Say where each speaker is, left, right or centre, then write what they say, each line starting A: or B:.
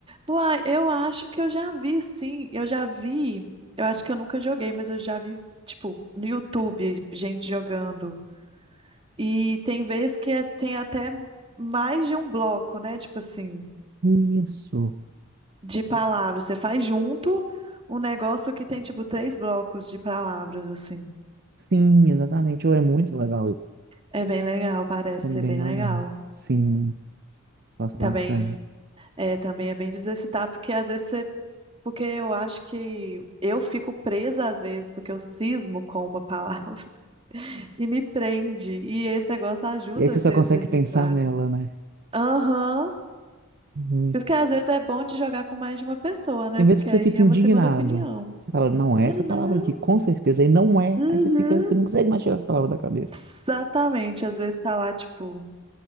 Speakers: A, on the right (about 25°); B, on the right (about 50°).
A: Uai, eu acho que eu já vi, sim. Eu já vi. Eu acho que eu nunca joguei, mas eu já vi, tipo, no YouTube, gente jogando. E tem vez que é- tem até mais de um bloco, né? Tipo assim,
B: Isso.
A: de palavras. Você faz junto um negócio que tem, tipo, três blocos de palavras, assim.
B: Sim, exatamente. Oh, é muito legal isso.
A: É bem legal, parece
B: É bem
A: ser bem
B: legal.
A: legal.
B: Sim, gosto
A: Também
B: bastante.
A: f- é, também é bem de exercitar, porque às vezes você. Porque eu acho que eu fico presa às vezes, porque eu cismo com uma <laughs> palavra. e me prende. E esse negócio ajuda
B: E aí você
A: a se
B: só consegue
A: exercitar.
B: pensar nela, né?
A: Aham.
B: Uhum.
A: Por isso que às vezes é bom de jogar com mais de uma pessoa, né?
B: Tem
A: Porque
B: vezes que você
A: aí
B: fica
A: é
B: indignado.
A: uma segunda opinião.
B: Você fala, não, é
A: Uhum,
B: essa palavra aqui, com certeza. E não é.
A: uhum.
B: Aí você fica, você não consegue mais tirar essa palavra da cabeça.
A: Exatamente. Às vezes tá lá, tipo,